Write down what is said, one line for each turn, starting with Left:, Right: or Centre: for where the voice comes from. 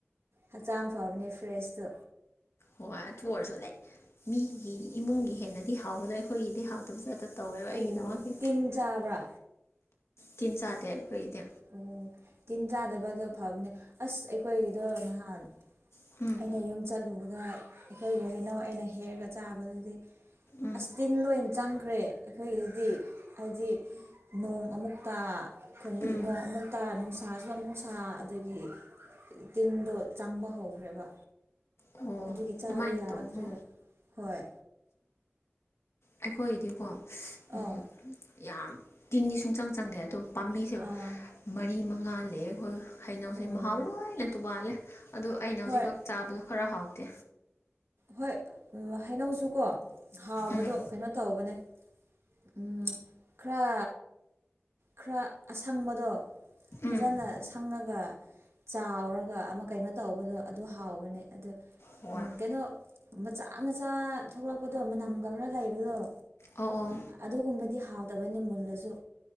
Right: ꯍꯛꯆꯥꯡ ꯐꯕꯅꯦ ꯐ꯭ꯔꯦꯁꯇꯨ
Left: ꯍ‌ꯣꯑꯑꯊꯨ ꯑꯣꯏꯔꯁꯨ ꯂꯥꯏꯛ ꯃꯤꯒꯤ ꯏꯃꯨꯡꯒꯤ ꯍꯦꯟꯅꯗꯤ ꯍꯥꯎꯕꯗꯣ ꯑꯩꯈꯣꯏꯒꯤꯗꯤ ꯍꯥꯎꯇꯕ ꯆꯠꯇ ꯇꯧꯋꯦꯕ
Right: ꯑꯣ
Left: ꯑꯩꯒꯤꯗꯃꯀꯤ
Right: ꯇꯤꯟ ꯆꯥꯕ꯭ꯔ
Left: ꯇꯤꯟ ꯆꯥꯗꯦ ꯑꯩꯈꯣꯏꯒꯤꯗꯤ
Right: ꯑꯨꯝ ꯇꯤꯟ ꯆꯥꯗꯕꯗꯣ ꯐꯕꯅꯦ ꯑꯁ ꯑꯩꯈꯣꯏꯒꯤꯗꯣ ꯅꯍꯥꯟ
Left: ꯎꯝ
Right: ꯑꯩꯅ ꯌꯨꯝ ꯆꯠꯂꯨꯕꯗ ꯑꯩꯈꯩꯒꯤ ꯍꯥꯏꯩꯅꯧ ꯑꯩꯅ ꯍꯦꯛꯑꯒ ꯆꯥꯕꯗꯨꯗꯤ
Left: ꯎꯝ
Right: ꯑꯁ ꯇꯤꯟ ꯂꯣꯏ ꯆꯪꯈ꯭ꯔꯦ ꯑꯩꯈꯣꯏꯒꯤꯗꯤ ꯍꯥꯏꯗꯤ ꯅꯣꯡ ꯑꯃꯨꯛ ꯇꯥ ꯈꯨꯟꯗꯗꯤ
Left: ꯎꯝ
Right: ꯅꯣꯡ ꯑꯃꯨꯛ ꯇꯥ ꯅꯨꯡꯁꯥꯁꯨ ꯑꯃꯨꯛꯁꯥ ꯑꯗꯒꯤ ꯇꯤꯟꯗꯣ ꯆꯪꯕ ꯍꯧꯈ꯭ꯔꯦꯕ
Left: ꯑꯣ
Right: ꯑꯗꯨꯒꯤ ꯆꯥꯕ
Left: ꯑꯗꯨꯃꯥꯏꯅ
Right: ꯌꯥꯔꯛꯇ꯭ꯔꯦ
Left: ꯇꯧꯕ
Right: ꯍꯣꯏ
Left: ꯑꯩꯈꯣꯏꯒꯤꯗꯤꯀꯣ ꯎꯝ
Right: ꯑꯥ
Left: ꯌꯥꯝ ꯇꯤꯟꯗꯤ ꯁꯨꯡꯆꯪ ꯆꯪꯗꯦ ꯑꯗꯣ ꯄꯥꯝꯕꯤꯁꯦ
Right: ꯑꯥ
Left: ꯃꯔꯤ ꯃꯪꯉꯥ ꯂꯩꯌꯦ ꯈꯣꯏ ꯍꯩꯅꯧꯁꯦ
Right: ꯑꯣ
Left: ꯃꯍꯥꯎ ꯂꯣꯏꯅ ꯇꯣꯡꯉꯥꯜꯂꯦ ꯑꯗꯨ ꯑꯩꯅ ꯍꯧꯖꯤꯛꯈꯛ
Right: ꯍꯣꯏ
Left: ꯆꯥꯕꯗꯣ ꯈꯔ ꯍꯥꯎꯇꯦ
Right: ꯍꯣꯏ ꯍꯩꯅꯧꯁꯨꯀꯣ ꯍꯥꯎꯕꯗꯣ
Left: ꯎꯝ
Right: ꯀꯩꯅꯣ ꯇꯧꯕꯅꯦ ꯎꯝ ꯈꯔ ꯈꯔ ꯑꯁꯪꯕꯗꯣ ꯐꯖꯅ
Left: ꯎꯝ
Right: ꯁꯥ ꯁꯪꯉꯒ ꯆꯥꯎꯔꯒ ꯑꯃ ꯀꯩꯅꯣ ꯇꯧꯕꯗꯣ ꯑꯗꯨ ꯍꯥꯎꯕꯅꯦ ꯑꯗꯨ
Left: ꯍꯣꯏ
Right: ꯎꯝ ꯀꯩꯅꯣ ꯃꯆꯥ ꯃꯆꯥ ꯊꯣꯛꯂꯛꯄꯗꯣ ꯃꯅꯝꯒ ꯈꯔ ꯂꯩꯕꯗꯣ
Left: ꯑꯧ ꯑꯧ
Right: ꯑꯗꯨꯒꯨꯝꯕꯗꯤ ꯍꯥꯎꯇꯕꯅꯦ ꯃꯨꯜꯂꯁꯨ